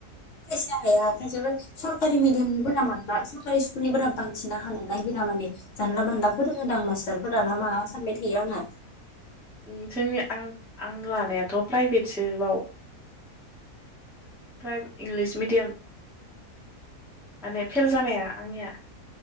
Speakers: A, on the left; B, in the centre.
A: खायसेया हाया खायसेया सरकारि मिडियामनिफोरा माबा सरकारि स्कुलनिफोरा बांसिना हानो नागिरा माने जानला मानला फोरोङोदां मास्टारफोराना मा सानबाय थायो आङो
B: उम जोंनि आं आं लानायाथ' प्राइभेटसो बाव प्रा इंलिस मिडियाम माने फेल जानाया आंनिया